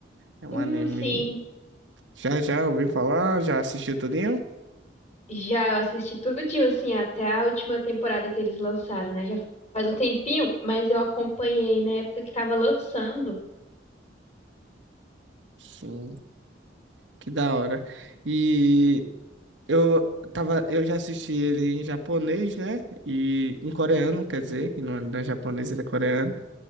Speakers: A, on the right (about 80°); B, on the left (about 35°).
A: É um
B: Hum,
A: anime.
B: sim.
A: Já já ouviu falar? Já assistiu tudinho?
B: Já eu assisti tudinho, assim, até a última temporada que eles lançaram, né? Já faz um tempinho, mas eu acompanhei na época que tava lançando.
A: Sim. Que da hora. E eu tava, eu já assisti ele em japonês, né? E em coreano, quer dizer, que não é, não é japonês, ele é coreano.